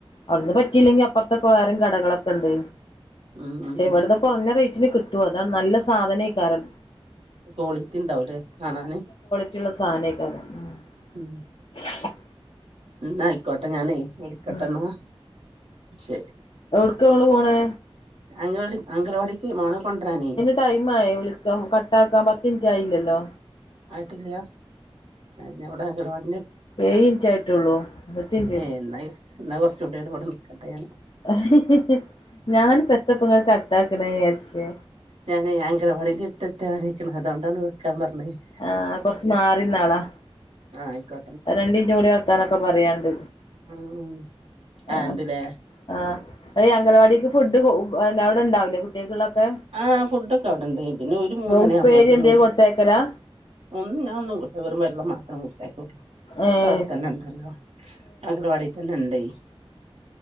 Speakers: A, on the left; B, on the right.
A: അവിട്ന്ന് പറ്റിയില്ലെങ്കി അപ്പുറത്തൊക്കെ വേറെം കടകളൊക്കെ ഇണ്ട്.
B: ഉം ഉം
A: ക്ഷെ
B: ഉം
A: ഇവിടന്ന് കുറഞ്ഞ റേറ്റിന് കിട്ടു അതാണ് നല്ല സാധനേക്കാരം
B: കോളിറ്റി ണ്ടാവൂല്ലേ കാണാന്
A: ക്ക്ള്ള സാനക്കാരം ഉം
B: ഉം
A: <unintelligible>
B: എന്ന ആയിക്കോട്ടെ ഞാനെ വിളിക്കട്ടന്നാ
A: ഉം
B: ശരി
A: എവിടക്ക ങ്ങള് പോണെ
B: അംഗവള്ളി അംഗനവാടിക്കേ മോനെ കൊണ്ടരാനേയ്
A: ടൈമായൊ വിളിക്കാം കട്ടാക്കാൻ പത്ത് മിനിറ്റ് ആയില്ലല്ലോ
B: ആയിട്ടില്ലാ ഞാൻ വിട അംഗനവാടി
A: ഏയ്ൻറ്റ് ആയിട്ടുള്ളൂ പത്ത്ൻറ്റ്
B: ഏ എന്നാ എന്നാ കോറച്ചൂടിയാണ്ട് ഇബടെ നിക്കട്ടെ ഞാന്
A: ഹ ഹ ഹി ഞാനിപ്പോ എത്തപ്പൊങ്ങള് കട്ടാക്ണെയാര്ച്ച്
B: ഞാന് അംഗനവാടിന്റെ എടുത്തത്താനായിക്ക്ണ് അതോണ്ടാണ് വെക്കാൻ പറഞ്ഞേ പറഞ്ഞത്
A: ആഹ് കൊറച്ച് മാറിന്നാളാ
B: ആഹ് ആയിക്കോ
A: രണ്ട്ന്റ്ഊടി വർത്താനൊക്കെ പറയാണ്ട്
B: ഉം ഉം ആ
A: ആഹ്
B: ഇണ്ട്ല്ലേ
A: ആഹ് അതീ അംഗനവാടിക്ക് ഫുഡ് പിന്നെ അവിടെണ്ടാവൂല്ലേ കുട്ടിയക്ക്ള്ളക്കേ
B: ആഹ് ഫുഡ്ക്കെ അവിടെണ്ട് പിന്നെ ഒരു മൂന്നണി
A: ഉപ്പേരി
B: യാമ്പോൾത്തിനും
A: എന്തേ കൊടുത്തയക്കലാ
B: ഒന്ന് ഞാൻ ഒന്നും കൊടുത്ത വെറും വെള്ളം മാത്രം കൊടുത്തയകൊള്ളൂ
A: ഏഹ്
B: ഒക്കെ അവടെത്തന്നെ ണ്ടല്ലോ അംഗനവാടീ തന്നെ ഇണ്ടെ